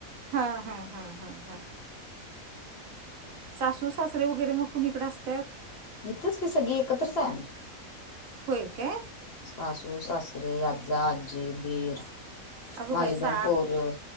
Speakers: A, on the right; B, on the left.
A: हा हा हा हा हा. सासू सासरे वगैरे मग कुणीकडे असत्यात?
B: इथंच की, सगळी एकत्रच हाय आम्ही.
A: होय काय.
B: सासू, सासरे, आजा, आजी, दीर.
A: अगो
B: माझी
A: बाई,
B: दोन
A: सा हं
B: पोरं